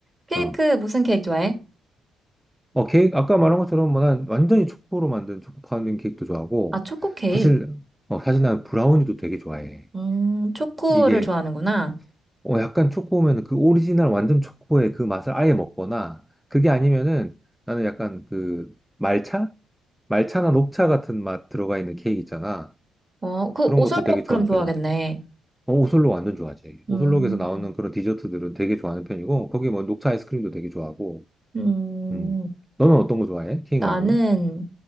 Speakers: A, on the right; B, in the centre.
A: 케이크
B: 어,
A: 무슨 케이크 좋아해?
B: 어, 케이크, 아까 말한 것처럼 뭐 난 완전히 초코로 만든 초코 파운딩 케이크도 좋아하고,
A: 아, 초코 케이크.
B: 사실, 어, 사실 난 브라우니도 되게 좋아해.
A: 음, 초코를
B: 이게,
A: 좋아하는구나.
B: 어, 약간 초코면 그 오리지널 완전 초코의 그 맛을 아예 먹거나, 그게 아니면은 나는 약간 그 말차? 말차나 녹차 같은 맛 들어가 있는 케이크 있잖아.
A: 어, 그
B: 그런
A: 오설록
B: 것도 되게 좋아하는
A: 그럼 좋아하겠네.
B: 편인 것 같아. 어, 오슬로 완전 좋아하지. 오슬로에서
A: 음,
B: 나오는 그런 디저트들은 되게 좋아하는 편이고, 거기 뭐 녹차 아이스크림도 되게 좋아하고,
A: 음.
B: 음. 너는 어떤 거 좋아해? 케이크
A: 나는
B: 말고는?